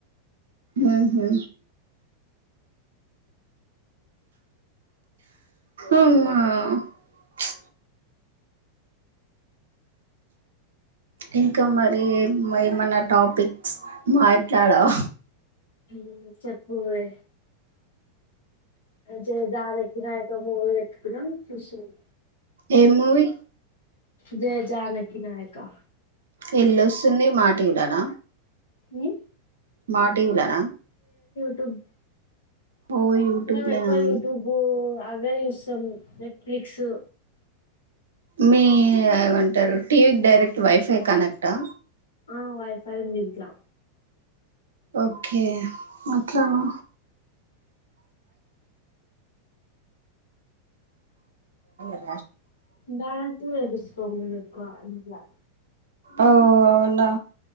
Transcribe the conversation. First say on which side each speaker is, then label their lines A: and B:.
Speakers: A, on the right; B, on the left.
A: ఉహు అమ్మా చ్ ఇంకా మరి మై మన టాపిక్స్ మాట్లాడావ
B: ఉమ్ చెప్పు వే జయ జానకి నాయక మూవీ పెట్టుకున్నాం చూస్తున్నాం.
A: ఏం మూవీ?
B: జయ జానకి నాయకా
A: ఎల్లోస్తుంది మాటివి లోన
B: ఉ
A: మాటివి లన
B: టుబ్
A: ఓ యూట్యూబ్
B: మేము
A: లోనా
B: ఎక్కువ యూట్యూబు అవే చూస్తాం నెట్ఫ్లిక్సు.
A: మీ ఏమంటారు టీవీకి డైరెక్ట్ వైఫై కనెక్టా?
B: ఆ వైఫ్ ఉంది ఇంట్ల
A: ఓకే అట్లానా <inaudible>
B: దానంత్పూర్ ఎపిస్సుకోము ఎక్కువ అంతగా
A: ఓ అవునా